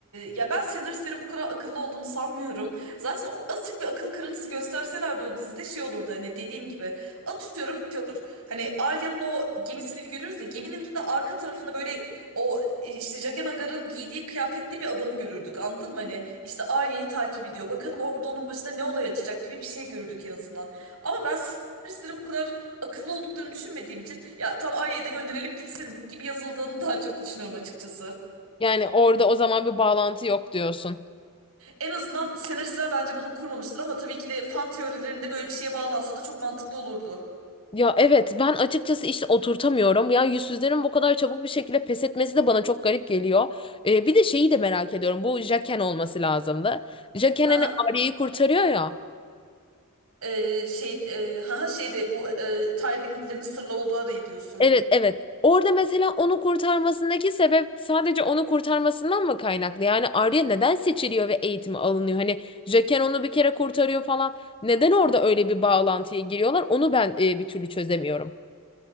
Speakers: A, on the right (about 85°); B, on the left (about 25°).
A: ya ben senaristlerin bu kadar akıllı olduğunu sanmıyorum. Zaten o, azıcık bir akıl kırıntısı gösterselerdi o dizide şey olurdu hani dediğim gibi. Atıyorum şey olur. Hani Arya'nın o gemisini görürüz de geminin de arka tarafında böyle o işte Jaqen H'ghar'ın giydiği kıyafetli bir adamı görürdük anladın mı? Hani işte Arya'yı takip ediyor. Bakalım orada onun başına ne olay açacak gibi bir şey görürdük en azından. Ama ben senaristlerin bu kadar akıllı olduklarını düşünmediğim için ya tam Arya'yı da gönderelim gitsin gibi yazıldığını daha çok düşünüyorum açıkçası.
B: Yani orada o zaman bir bağlantı yok diyorsun.
A: En azından senaristler bence bunu kurmamıştır ama tabii ki de fan teorilerinde böyle bir şeye bağlansa da çok mantıklı olurdu.
B: Ya evet ben açıkçası işte oturtamıyorum. Ya yüzsüzlerin bu kadar çabuk bir şekilde pes etmesi de bana çok garip geliyor. Ee, bir de şeyi de merak ediyorum. Bu Jaken olması lazımdı. Jaken
A: Hı hı.
B: hani Arya'yı kurtarıyor ya.
A: Ee, şey, e, hı hı şeyde bu e, Tywin'lerin sırlı olduğu arayı diyorsun.
B: Evet, evet. Orada mesela onu kurtarmasındaki sebep sadece onu kurtarmasından mı kaynaklı? Yani Arya neden seçiliyor ve eğitimi alınıyor? Hani Jaqen onu bir kere kurtarıyor falan. Neden orada öyle bir bağlantıya giriyorlar? Onu ben e, bir türlü çözemiyorum.